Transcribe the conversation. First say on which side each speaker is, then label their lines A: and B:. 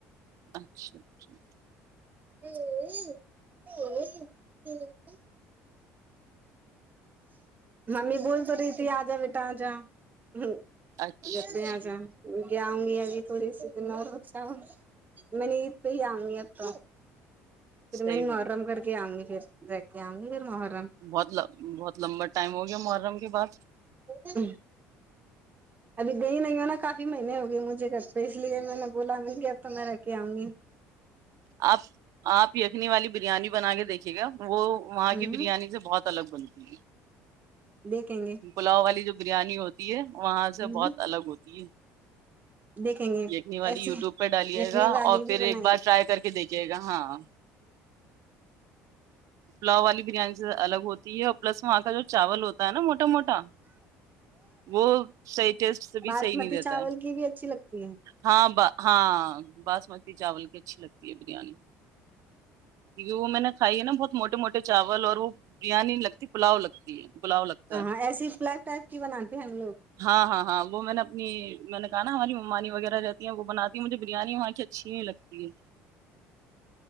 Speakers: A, on the right; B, on the right.
A: اچھا اچھا
B: ہ ہ ہ ممی بول تو رہی تھی آ جا بیٹا آ جا ہ
A: اچھا
B: جت
A: اچھا
B: آ ج گ آؤں گی ابھی تھوڑی سی دن اور اچھا میں نے عید پہ ہی آؤں گی اب تو پھر
A: صحیح
B: میں محرم
A: بات
B: کر کے آؤں گی پھر جیکے ہم گ مح
A: بہت بہت لمبا ٹائم ہو گیا محرم کی بع
B: جی ابھی گئی نہیں ہو نا کافی مہینے ہو گئے مجھے گھر پہ اس لیے میں نے بولا مل گ اب تو میں رہ کے آؤں گی
A: آپ آپ خنی والی بریانی بنا کے دیکھیے گا وہ وہاں
B: ہوں
A: کی بریانی سے بہت سلگ بندتی
B: دیکھیں گے
A: پلاؤ والی جو بریانی ہوتی ہے وہاں سے
B: ہ
A: بہت الگ ہوتی ہے
B: دیکھیں گے
A: یخنی والی
B: ایسے
A: یوٹیوب پہ ڈالیے
B: یخنی
A: گا
B: والی
A: اور
B: بھی
A: پھر
B: بنائیں
A: ایک بار
B: گے
A: ٹرائی کر کے دیکھیے گا ہاں پلاؤ والی بریانی سے الگ ہوتی پلس وہاں کا جو چاول ہوتا ہے نا موٹا موٹا وہ صحی ٹیسٹ سے بھی
B: باسمتی
A: صحیح نہیں دیتا
B: چاول
A: ہے
B: کی بھی اچھی لگتی ہے
A: ہاں ب ہاں باسمتی چاول کی اچھی لگتی ہے بریانی کیونکہ وہ میں نے کھائی ہے نا بہت موٹے موٹے چاول اور وہ بریانی لگتی پلاؤ لگتی ہے پلاؤ لگتا
B: ہاں
A: ہے
B: ہاں ایسی فلگ ٹائپ کی بناتے ہیں ہم لوگ
A: ہاں ہاں ہاں وہ میں نے اپنی میں نے کہا نا ہماری ممانی وغیرہ رہتی ہیں وہ بناتی مجھے بریانی وہاں کی اچھی نہیں لگتی ہے